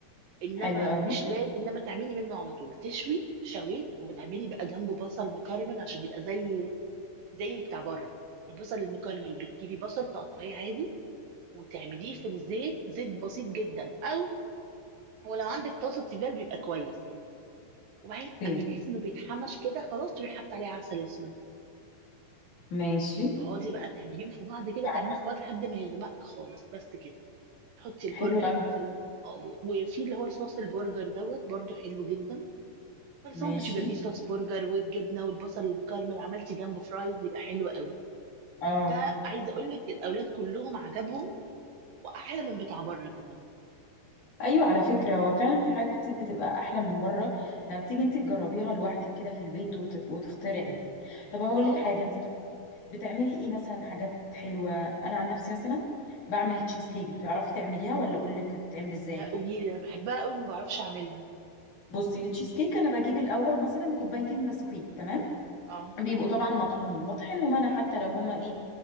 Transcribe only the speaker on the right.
إنما
مش لاز إنما تعملي منه على طول، تشوي شويت وبتعملي بقى جنبه بصل مكرمل عشان يبقى زي زي بتاع برّه، البصل المكرمل بتجيبي بصل تقطعيه عادي وتعمليه في الزيت، زيت بسيط جدًا أو ولو عندِك طاسة تيفال بيبقى كويس يعني، وبعدين
أمّا تحسي إنه بيتحمش كده خلاص تروحي حاطة عليه عسل أسود،
تقعدي بقى تعمليهم في بعض كده،
تعمليهم في بعض لحد ما يغمق خالص، بس كده. تحطي البرجر
في ال... وفي اللي هو الصوص البرجر دوت برضه حلو جدا فالساندوتش
يبقى فيه صوص برجر والجبنه والبصل المكرمل عملتي جنبه فرايز يبقى حلو قوي
ده عايزه اقول لك الاولاد كلهم عجبهم واحلى من بتاع بره كمان
اه
امم
لا قولي لي انا بحبها قوي ما بعرفش اعملها
اه